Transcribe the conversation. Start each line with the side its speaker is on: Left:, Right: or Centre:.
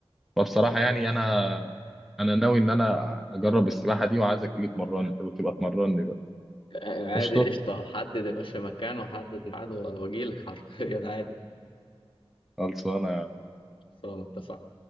Centre: فبصراحه
Left: يعني
Centre: يعني انا انا ناوي ان انا اجرب السباحه دي وعايزك تيجي تمرني انت بتبقى تمرني بقى
Left: عادي
Centre: قشطه
Left: قشطه حدد يا باشا مكانه وحدد ميعاد واجيلك حرفيا عادي
Centre: خلصانه
Left: سواء متفق